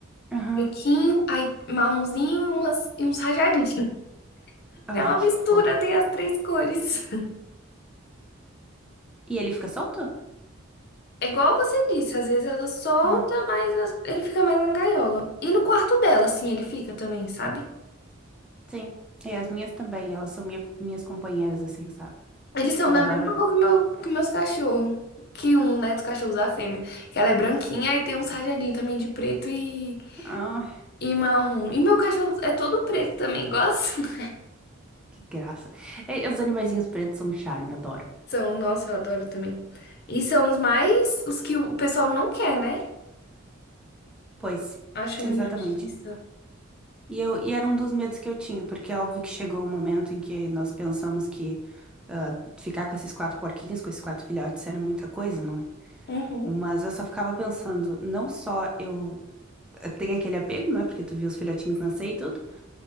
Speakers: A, in the centre; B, on the left (about 50°).
A: Aham.
B: Branquinho, aí marronzinho e, umas, e uns rajadinhos. <laughs>
A: Ai,
B: É uma
A: que
B: mistura,
A: fofo.
B: tem as três cores. <laughs>
A: E ele fica solto?
B: É igual você disse, às vezes ela solta,
A: Ah.
B: mas as- ele fica mais na gaiola. E no quarto dela, assim, ele fica também, sabe?
A: Sim, é, as minhas também, elas são minha- minhas companheiras, assim, sabe?
B: Eles são
A: Eu
B: da
A: adoro.
B: mesma cor que, meu, que meus cachorros. Que um, né, dos cachorros da fêmea. Que ela é branquinha, e tem um sarjadinho também de preto e
A: Ai,
B: E marrom. E meu cachorro é todo preto também, gosto. <laughs>
A: que graça. É, os animaizinhos pretos são um charme, eu adoro.
B: São, nossa, eu adoro também. E são os mais, os que o pessoal não quer, né?
A: Pois,
B: Acho
A: exatamente.
B: uma injustiça.
A: E, eu, e era um dos medos que eu tinha, porque é óbvio que chegou o momento em que nós pensamos que ah, ficar com esses quatro porquinhos, com esses quatro filhotes, era muita coisa, não é?
B: Uhum.
A: Mas eu só ficava pensando, não só eu tenho aquele apego, não é? Porque tu viu os filhotinhos nascer e tudo.